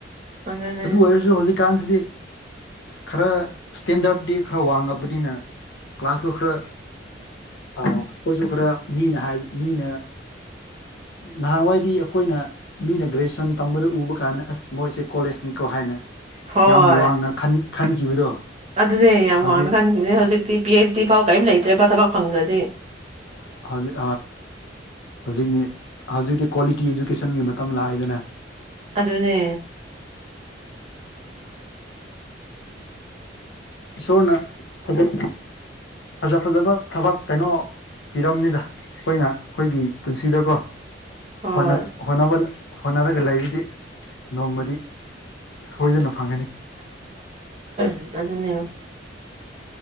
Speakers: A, on the right (about 35°); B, on the left (about 70°).
A: ꯑꯗꯨꯅꯦ
B: ꯑꯗꯨ ꯑꯣꯏꯔꯁꯨ ꯍꯧꯖꯤꯛꯀꯥꯟꯁꯤꯗꯤ ꯈꯔ ꯏꯁꯇꯦꯟꯗꯔꯤ ꯈꯔ ꯋꯥꯡꯉꯕꯅꯤꯅ ꯀ꯭ꯂꯥꯁꯇꯣ ꯈꯔ ꯑꯩꯈꯣꯏꯁꯨ ꯈꯔ ꯃꯤꯅꯕ ꯃꯤꯅ ꯅꯍꯥꯟꯋꯥꯏꯗꯤ ꯑꯩꯈꯣꯏꯅ ꯃꯤꯅ ꯒ꯭ꯔꯦꯖꯨꯑꯦꯁꯟ ꯇꯝꯕꯗ ꯎꯕ ꯀꯥꯟꯗ ꯑꯁ ꯃꯣꯏꯁꯦ ꯀꯣꯂꯦꯖꯅꯤꯀꯣ ꯍꯥꯏꯅ
A: ꯍꯣꯏ
B: ꯌꯥꯝ ꯋꯥꯡꯅ ꯈꯟ ꯈꯟꯈꯤꯕꯗꯣ
A: ꯑꯗꯨꯅꯦ ꯌꯥꯝ
B: ꯍꯧꯖꯤꯛ
A: ꯋꯥꯡꯅ ꯈꯟꯈꯤꯕꯅꯦ ꯍꯧꯖꯤꯛꯇꯤ ꯄꯤ ꯑꯩꯆ ꯗꯤ ꯐꯥꯎ ꯀꯔꯤꯝ ꯂꯩꯇ꯭ꯔꯕ ꯊꯕꯛ ꯐꯪꯒꯗꯤ
B: ꯍꯧꯖꯤꯛ ꯍꯧꯖꯤꯛꯅꯤ ꯍꯧꯖꯤꯛꯤ ꯀ꯭ꯋꯥꯂꯤꯇꯤ ꯏꯖꯨꯀꯦꯁꯟꯒꯤ ꯃꯇꯝ ꯂꯥꯛꯑꯦꯗꯅ
A: ꯑꯗꯨ ꯑꯗꯨꯅꯦ
B: ꯏꯁꯣꯔꯅ ꯐꯖ ꯐꯖ ꯐꯖꯕ ꯊꯕꯛ ꯀꯩꯅꯣ ꯄꯤꯔꯝꯅꯤꯗ ꯑꯩꯈꯣꯏꯅ ꯑꯩꯈꯣꯏꯒꯤ ꯄꯨꯟꯁꯤꯗꯀꯣ
A: ꯍꯣꯏ
B: ꯍꯅ ꯍꯅꯥꯕ ꯍꯣꯠꯅꯔꯒ ꯂꯩꯔꯤꯗꯤ ꯅꯣꯡꯃꯗꯤ ꯁꯣꯏꯗꯅ ꯐꯪꯒꯅꯤ
A: ꯑꯗꯨ ꯑꯗꯨꯅꯦ